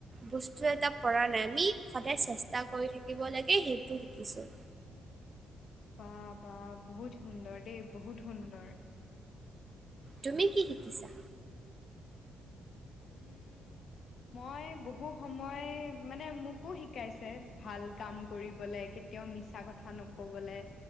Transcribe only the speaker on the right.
বস্তু এটা পৰা নাই আমি সদায় চেষ্টা কৰি থাকিব লাগে সেইটো শিকিছোঁ।
তুমি কি শিকিছা?